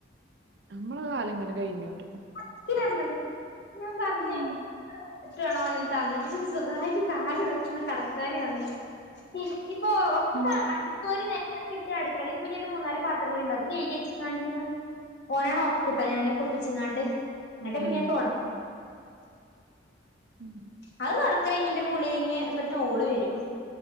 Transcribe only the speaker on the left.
<unintelligible> ഞാൻ പറഞ്ഞേ
ട്ട് വേണോ ഓനൊന്ന് തന്നിട്ട് ജ്ജ് സുഖായിട്ട് കാല് നീർത്തിയോന്ന് കിടക്കാന് പറഞ്ഞ്ക്ണ് ഇ ഇപ്പൊ ഒക്കെ
അടിച്ചോരി നേര ഇട്ടാകിട്ട് അടുക്കളേല് ഇപ്പൊ ഇഞ്ഞൊരു മൂന്നാല് പാത്ര കൂടിണ്ട് അത് കഴുകെച്ച്ങ്ങാണ്ട് ഞാൻ ഓനെ ഒറക്കൂട്ടെ ഞാന് കുള്പ്പിച്ചിങ്ങാണ്ട് ന്നട്ടെ
പിന്നെ ഞാൻ തൊട
അത് തൊടക്കലയ്ഞ്ഞ് ന്റെ കുളി കഴിഞ്ഞ് മ്പത്തിന് ഓള് വെരും